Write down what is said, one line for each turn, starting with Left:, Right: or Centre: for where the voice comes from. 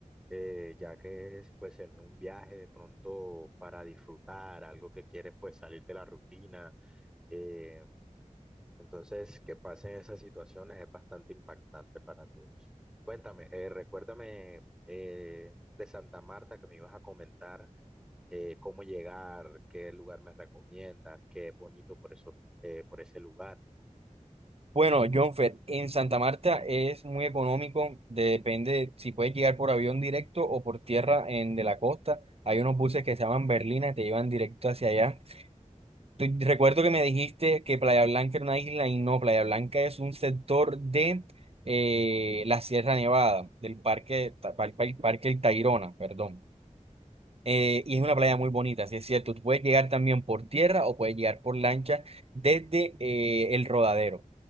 Centre: eh, ya que es pues en un viaje de pronto para disfrutar, algo que quieres pues salir de la rutina, eh, Entonces, que pasen esas situaciones es bastante impactante para todos. Cuéntame, eh, recuérdame eh, de Santa Marta que me ibas a comentar eh, cómo llegar, qué lugar me recomiendas, qué es bonito por esos, eh, por ese lugar.
Right: Bueno, Jonfer, en Santa Marta es muy económico, de- depende si puedes llegar por avión directo o por tierra en de la costa. Hay unos buses que se llaman Berlina que te llevan directo hacia allá. Tú- recuerdo que me dijiste que Playa Blanca era una isla y no, Playa Blanca es un sector de eh, la Sierra Nevada, del parque, Ta- par- par- parque El Tayrona, perdón. Eh, y es una playa muy bonita, sí es cierto. Tú puedes llegar también por tierra o puedes llegar por lancha desde eh, el Rodadero.